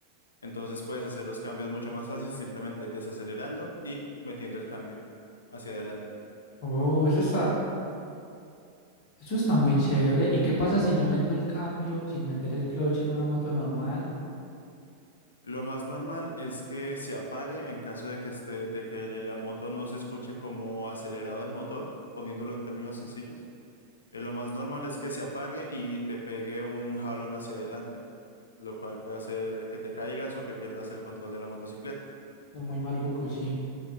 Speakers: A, on the left; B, on the left.
A: entonces puedes hacer los cambios mucho más fácil simplemente desacelerando y metiendo el cambio hacia adelante.
B: Oh, eso está Eso está muy chévere. ¿Y qué pasa si yo meto el cambio sin meter el clutch en una moto normal?
A: Lo más normal es que se apague en caso de que esté, de que la moto no se escuche como acelerado el motor, poniéndolo en términos sencillos. Eh, lo más normal es que se apague y te pegue un jalón hacia adelante, lo cual puede hacer que te caigas o que pierdas el control de la motocicleta.
B: No, Muy maluco, sí.